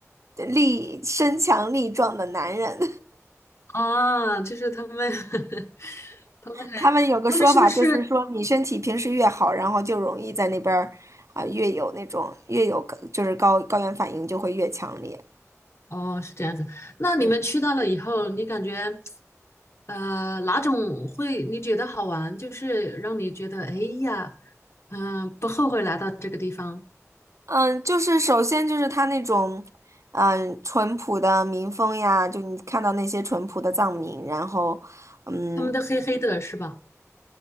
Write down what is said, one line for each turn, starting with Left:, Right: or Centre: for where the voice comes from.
Right: 呃力身强力壮的男人。
Left: 啊，就是他们。<laughs> 他们还，
Right: 他们有个说法，
Left: 他们是不是？
Right: 就是说你身体平时越好，然后就容易在那边儿啊、越有那种越有高就是高高原反应就会越强烈。
Left: 哦，是这样子。那你们去到了以后，
Right: 嗯
Left: 你感觉，呃，哪种会你觉得好玩？就是让你觉得，哎呀，嗯、不后悔来到这个地方。
Right: 嗯，就是首先就是他那种嗯淳朴的民风呀，就你看到那些淳朴的藏民，然后嗯。
Left: 他们都黑黑的，是吧？